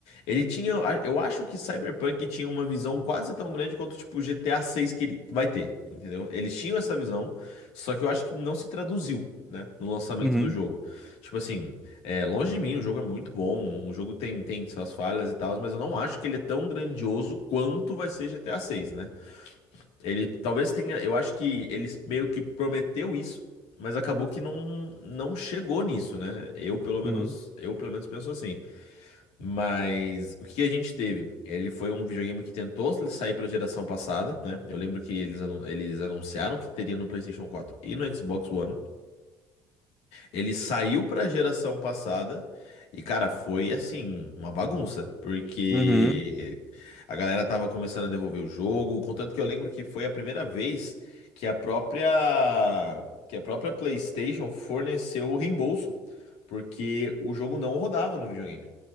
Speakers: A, on the left; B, in the centre.
A: ele tinha, eu acho que Cyberpunk tinha uma visão quase tão grande quanto tipo GTA 6 que ele vai ter, entendeu? Eles tinham essa visão, só que eu acho que não se traduziu, né, no lançamento
B: Uhum,
A: do jogo. Tipo assim, é, longe de mim, o jogo é muito bom, o jogo tem, tem suas falhas e tal, mas eu não acho que ele é tão grandioso quanto vai ser GTA 6, né? Ele talvez tenha, eu acho que ele meio que prometeu isso, mas acabou que não, não chegou nisso, né? Eu pelo menos,
B: uhum,
A: eu pelo menos penso assim. Mas o que a gente teve? Ele foi um videogame que tentou sair para a geração passada, né? Eu lembro que eles, anu- eles anunciaram que teria no PlayStation 4 e no Xbox One. Ele saiu pra geração passada e, cara, foi assim, uma bagunça, porque
B: uhum.
A: a galera tava começando a devolver o jogo, contanto que eu lembro que foi a primeira vez que a própria que a própria PlayStation forneceu o reembolso, porque o jogo não rodava no videogame.